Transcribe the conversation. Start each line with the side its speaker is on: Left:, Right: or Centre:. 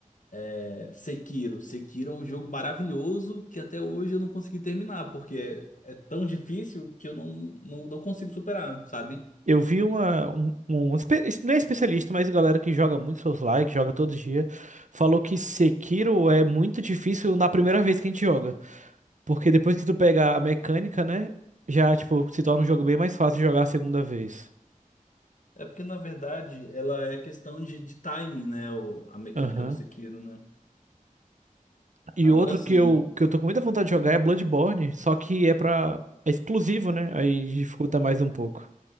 Left: é, Sekiro. Sekiro é um jogo maravilhoso que até hoje eu não consegui terminar, porque é, é tão difícil que eu não, não, não consigo superar, sabe?
Right: Eu vi uma, um, um um espe- es- não é especialista, mas galera que joga muito Souls-like, que joga todo dia, falou que Sekiro é muito difícil na primeira vez que a gente joga, porque depois que tu pega a mecânica, né, já tipo se torna um jogo bem mais fácil de jogar a segunda vez.
Left: É porque, na verdade, ela é questão de, de timing, né? O, a mecânica
Right: Aham.
Left: do Sekiro, né?
Right: E
Left: Agora,
Right: outro
Left: assim,
Right: que eu que eu tô com muita vontade de jogar é Bloodborne, só que é pra é exclusivo, né? Aí dificulta mais um pouco.